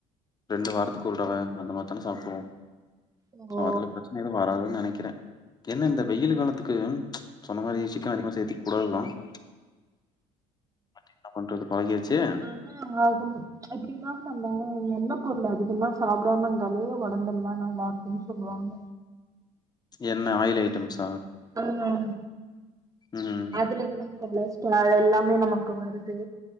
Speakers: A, on the left; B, on the right.
A: ரெண்டு வாரத்துக்கு ஒரு தடவ அந்த மாரி தான சாப்பிடுவோ
B: ஓ
A: சோ அதுல பிரச்சன எதுவு வராதுன்னு நெனைக்கிறே என்ன இந்த வெயில் காலத்துக்கு சொன்ன மாரி சிக்கன் அதிக சேத்திக் கூடாது தா பட் என்னா பண்றது பழகிருச்சே
B: ஆ ஆகும் எப்டின்னா நம்ம எண்ண பொருள அதிகமா சாப்பிடாம இருந்தாலே ஒடம்பெல்லா நல்லா இருக்குனு சொல்லுவாங்க
A: என்ன ஆயில் ஐட்டம்ஸ்
B: உம்ம்
A: ம்
B: அதுல வந்து கொலஸ் ட்ரோல் எல்லாமே நமக்கு வருது